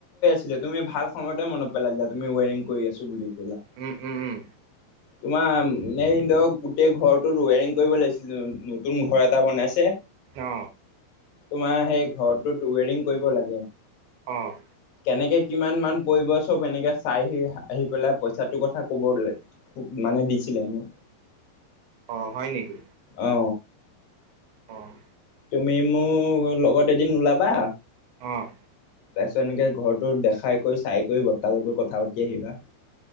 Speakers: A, on the left; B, on the right.
A: ছিল তুমি ভাল সময়তে মনত পেলালিলা তুমি ৱেৰিং কৰি আছো বুলি ক'লা।
B: উম উম উম
A: তোমাৰ এ ধৰক গোটেই ঘৰটোত ৱেৰিং কৰিব লাগিছিল নতুন ঘৰ এটা বনাইছে
B: অ
A: তোমাৰ সেই ঘৰটোত ৱেৰিং কৰিব লাগে
B: অ',
A: কেনেকে কিমান মান পৰিব চব এনেকে চাইহি আহি পেলাই পইচাটোৰ কথা ক'বলে মানে দিছিলে মোক
B: অ', হয় নেকি?
A: অ
B: অ',
A: তুমি মো লগত এদিন ওলাবা
B: অ',
A: তাৰ পিছত এনেকে ঘৰটো দেখা কৰি চাই কৰি বট্টা লগত কথা পাতি আহিবা